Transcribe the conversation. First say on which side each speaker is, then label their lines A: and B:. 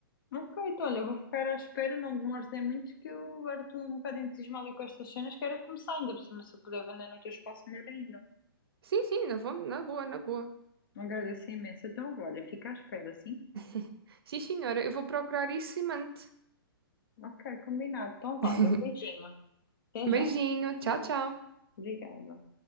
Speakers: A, on the left; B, on the right.
A: Ok, então olha, eu vou ficar à espera, não me demores é muito, que eu agora estou um bocado entusiasmada com estas cenas, quero é começar ainda por cima, se eu puder vender no teu espaço, melhor ainda.
B: Sim, sim, na, vo- na boa, na boa.
A: Agradeço imenso. Então, olha, fica à espera, sim?
B: <laughs> Sim, senhora, eu vou procurar isso e mando.
A: Ok, combinado. Então, vale,
B: <laughs>
A: um beijinho. Até já.
B: Beijinho, tchau, tchau.
A: Obrigada.